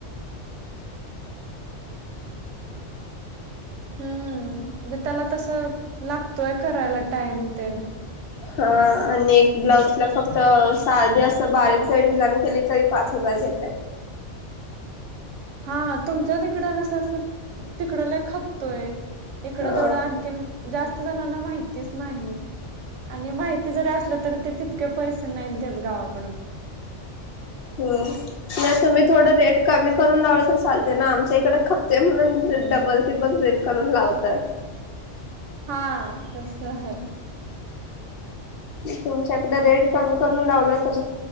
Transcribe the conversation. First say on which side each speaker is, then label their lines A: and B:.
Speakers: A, on the right (about 80°); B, on the left (about 60°).
A: <inaudible> हम्म म्हणजे त्याला तस लागतोय करायला टाइम तेन.
B: हा आणि एक ब्लाउज ला फक्त साधी असं बारीक जरी डिझाईन केली तरी पाच हजार तसंच
A: <inaudible> हा तुमच्या तिकड कस तिकडला खपतोय इकडं
B: हा
A: तेवढं आणखी जास्त जणांना माहितीच नाही. आणि माहिती जरी असलं तरी ते तितके पैसे नाहीत देत गावाकड
B: हम नाही तुम्ही थोडं रेट कमी करून लावलं तर चालते ना आमच्या इकडे खपते म्हणून डबल टीबल रेट करून लावतात.
A: हा तस आहे
B: तुमच्याकडें रेट कमी करून लावलं तर